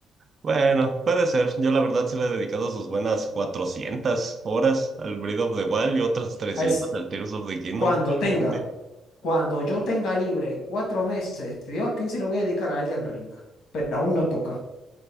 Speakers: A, on the right; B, on the left.
A: Bueno, puede ser. Yo la verdad sí le he dedicado sus buenas 400 horas al Breath of the Wild y otras 300
B: Al,
A: al Tears of the Kingdom
B: Cuando
A: probablemente.
B: tenga, cuando yo tenga libre cuatro meses, te digo a quién se lo voy a dedicar a Elden Ring, pero aún no toca.